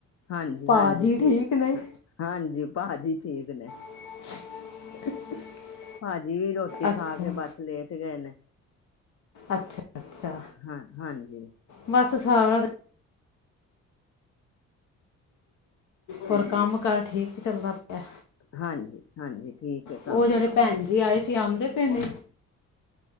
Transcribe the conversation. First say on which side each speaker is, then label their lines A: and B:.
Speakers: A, on the left; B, on the left.
A: ਹਾਂਜੀ-ਹਾਂਜੀ
B: ਭਾਜੀ
A: ਠੀਕ
B: ਨੇ
A: ਹਾਂਜੀ ਭਾਜੀ ਠੀਕ ਨੇ।
B: <inaudible>
A: ਭਾਜੀ ਵੀ ਰੋਟੀ
B: ਅੱਛਾ
A: ਖਾ ਕੇ ਬਸ ਲੇਟ ਗਏ ਨੇ।
B: ਅੱਛਾ-ਅੱਛਾ
A: ਹਾਂ, ਹਾਂਜੀ
B: ਬਸ ਸਾਰਾ ਹੋਰ ਕੰਮ ਕਾਰ ਠੀਕ ਚੱਲਦਾ ਪਿਆ
A: ਹਾਂਜੀ-ਹਾਂਜੀ ਠੀਕ ਹੈ ਕੰਮ।
B: ਉਹ ਜਿਹੜੇ <unintelligible> ਆਏ ਸੀ ਆਂਦੇ ਪਏ ਨੇ